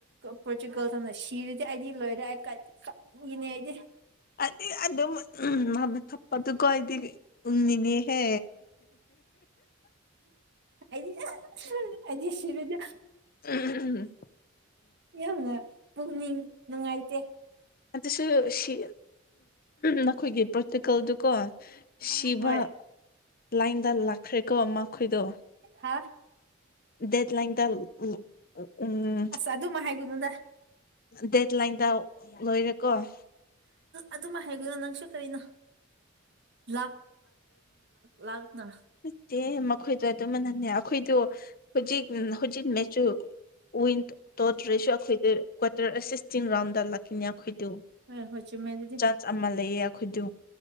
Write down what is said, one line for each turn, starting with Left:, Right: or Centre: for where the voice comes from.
Right: ꯄꯣꯔꯇꯨꯒꯜ ꯇꯝꯅ ꯁꯤꯔꯤ ꯑꯩꯗꯤ ꯂꯣꯏꯔꯦ ꯑꯩ ꯀꯒꯤꯅꯦ ꯑꯩꯗꯤ
Left: ꯑꯗꯨꯗꯤ ꯑꯗꯨꯝ ꯎ ꯃꯅ ꯊꯞꯄꯗꯨ ꯀꯣꯗꯤ ꯎꯟꯅꯤꯅꯦꯍꯦ
Right: ꯑꯩ ꯑꯖꯤ ꯁꯤꯕꯗ
Left: ꯎꯝ
Right: ꯌꯥꯝꯅ ꯄꯨꯛꯅꯤꯡ ꯅꯨꯡꯉꯥꯏꯇꯦ
Left: ꯑꯗꯨꯁꯨ ꯁꯤ ꯅꯈꯣꯏꯒꯤ ꯄ꯭ꯔꯥꯛꯇꯤꯀꯜꯗꯨꯀꯣ ꯁꯤꯕ
Right: ꯍꯣꯏ
Left: ꯂꯥꯏꯟꯗꯥ ꯂꯥꯛꯈ꯭ꯔꯦꯀꯣ ꯃꯈꯣꯏꯗꯣ
Right: ꯍꯥ
Left: ꯗꯦꯠ ꯂ ꯇ ꯎ ꯎꯝ
Right: ꯑꯁ ꯑꯗꯨꯃ ꯍꯥꯏꯒꯅꯨꯗ
Left: ꯗꯦꯠ ꯂꯥꯏꯟꯗ ꯂꯣꯏꯔꯦꯀꯣ
Right: ꯑꯗꯨꯃ ꯍꯥꯏꯒꯣꯏꯅꯣ ꯅꯪꯁꯨ ꯀꯔꯤꯅꯣ ꯄ ꯂꯥꯛ ꯂꯥꯛꯅ
Left: ꯅꯠꯇꯦ ꯃꯈꯣꯏꯗꯣ ꯑꯗꯨꯃꯛꯅꯪꯅꯦ ꯑꯩꯈꯣꯏꯗꯣ ꯍꯧꯖꯤꯛ ꯍꯧꯖꯤꯛ ꯃꯦꯆꯨ ꯋꯤꯟ ꯇꯧꯗ꯭ꯔꯁꯨ ꯑꯩꯈꯣꯏꯗ ꯀ꯭ꯇꯔꯁꯇ ꯔꯥꯎꯟꯗ ꯂ ꯑꯩꯈꯣꯏꯗꯨ
Right: ꯍꯣꯏ ꯍꯣꯏ ꯆꯨꯝꯃꯦ ꯑꯗꯨꯗꯤ
Left: ꯆꯥꯟꯁ ꯑꯃ ꯂꯩꯌꯦ ꯑꯩꯈꯣꯏꯗ